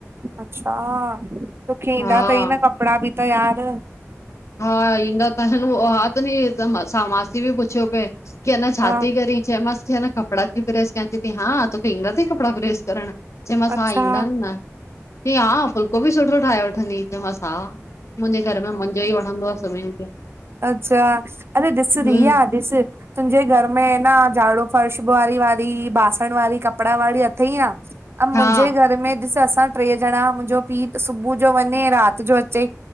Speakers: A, on the right (about 50°); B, on the left (about 65°).
A: अच्छा तोखे
B: आहे
A: ईंदा
B: हा
A: तई न कपड़ा भी त यार।
B: हा ईंदा त हिन हा तुंजी मांसी बि पुछियो पए की अञा छाती
A: हा
B: करी। चयो मास कि अन कपड़ा ती प्रेस कयां चेती हा तुखे इंदा तई कपड़ा प्रेस करण। चयोमांस
A: अच्छा
B: हा ईंदा आहिन न चई हा फुल्को भी सुठो ठाहे वठंदी आईं। चयो मांस हा मुहिंजे घर में मुजों ही वणंदो आ सभिन खे
A: अच्छा अरे ॾिस
B: हम्म
A: रिया ॾिस। तुंजे घर में न झाड़ू फर्श ॿुहारी वारी बासण वारी कपड़ा वारी अथई न। अ मुंजे
B: हा
A: घर में ॾिस असां ट्रे ॼणा मुंजो पीउ सुबु जो वञे रात जो अचे।